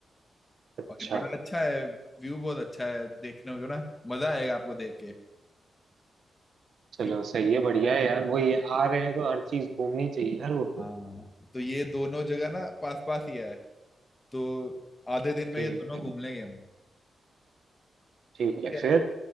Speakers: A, on the right (about 65°); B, on the left (about 20°).
A: अच्छा
B: और ये बड़ा अच्छा है व्यू बहुत अच्छा है देखने को ना मजा आएगा आपको देख के
A: चलो
B: ठीक
A: सही
B: है
A: है बढ़िया है यार वही है, आ रहे हैं तो हर चीज घूमनी चाहिए यार वो तो
B: हाँ तो ये दोनों जगह ना पास पास ही है तो आधे दिन में
A: ठीक
B: ये दोनों
A: है
B: घूम लेंगे हम
A: ठीक है
B: ठीक
A: फिर
B: है